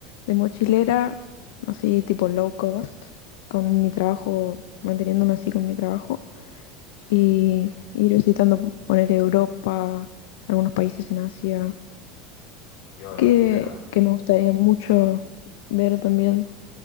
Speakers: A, on the left (about 80°); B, on the left (about 60°).
A: de mochilera, así tipo low cost, con mi trabajo, manteniéndome así con mi trabajo,
B: sí.
A: y ir visitando, poner Europa, algunos países en Asia,
B: Piola,
A: que,
B: piola.
A: que me gustaría mucho ver también.